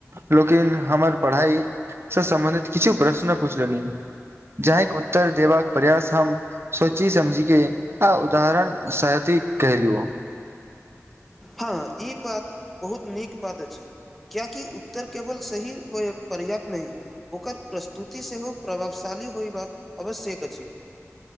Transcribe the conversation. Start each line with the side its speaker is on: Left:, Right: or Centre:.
Right: लोकिन हमर पढ़ाइ सँ सम्बन्धित किछु प्रश्न पूछ लेलिन जाहिके उत्तर देबाक प्रयास हम सोची समझी के आ उदाहरण सहति कैलुओ
Centre: हँ ई बात बहुत नीक बात अछि कियेकि उत्तर केवल सही होय पर्याप्त नहि ओकर प्रस्तुति सेहो प्रभावशाली होयबाक आवश्यक अछि